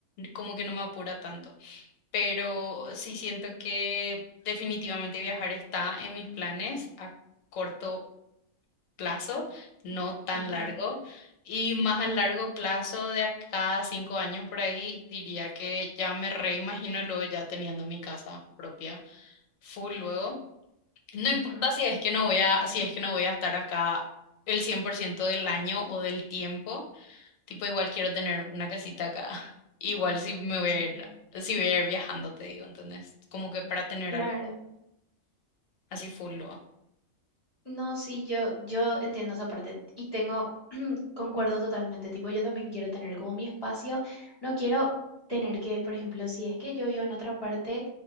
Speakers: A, on the left; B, on the left.
A: como que no me apura tanto. Pero sí siento que definitivamente viajar está en mis planes a corto plazo, no tan
B: ujú,
A: largo. Y más a largo plazo, de acá a cinco años por ahí, diría que ya me reimagino luego ya teniendo mi casa propia, full luego. No importa
B: ujú.
A: si es que no voy a, si es que no voy a estar acá el 100% del año o del tiempo, tipo igual quiero tener una casita acá. <laughs> Igual si me voy
B: Sí.
A: a ir, si voy a ir viajando, te digo, ¿entendés? Como que para tener
B: Claro.
A: algo así full luego.
B: No, sí, yo, yo entiendo esa parte y tengo, <clears throat> concuerdo totalmente, tipo, yo también quiero tener como mi espacio, no quiero tener que, por ejemplo, si es que yo vivo en otra parte